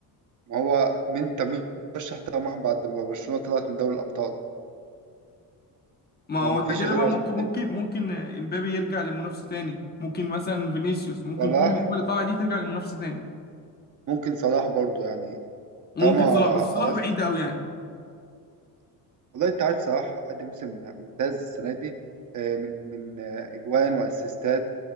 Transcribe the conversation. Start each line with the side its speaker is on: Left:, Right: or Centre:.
Right: ما هو مين طب مين رشح طبعا بعد ما برشلونة طلعت من دوري الأبطال
Left: ما هو
Right: ما هو ما
Left: انت
Right: فيش
Left: كده
Right: غير
Left: بقى ممكن
Right: عثمان
Left: ممكن
Right: ديمبلي
Left: ممكن آه، امبابي يرجع لمنافسة تاني ممكن مثلا فينيسيوس ممكن
Right: صلاح
Left: كل اللعيبة اللي طالعة دي ترجع لمنافسة تاني
Right: ممكن صلاح برضو يعني
Left: وممكن
Right: طالما
Left: صلاح بس صلاح
Right: خلاص
Left: بعيد قوي يعني
Right: والله أنت عارف صلاح قدم موسم ممتاز السنة دي آه، من من آه، إجوان وأسيستات